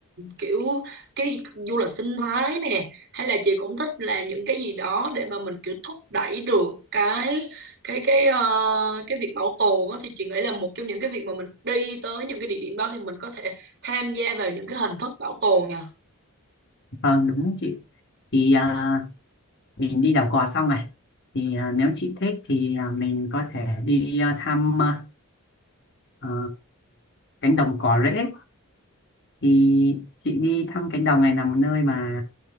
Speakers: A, on the right; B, on the left.
A: kiểu cái du lịch sinh thái nè, hay là chị cũng thích là những cái gì đó để mà mình kiểu thúc đẩy được cái cái cái ờ, cái việc bảo tồn đó, thì chị nghĩ là một trong những cái việc mà mình đi tới những cái địa điểm đó thì mình có thể tham gia vào những cái hình thức bảo tồn nhỉ.
B: vâng đúng đấy chị thì à, mình đi đảo cò xong này thì à, nếu chị thích thì à, mình có thể đi à, thăm à, ờ, cánh đồng cỏ rễ thì chị đi thăm cánh đồng này là một nơi mà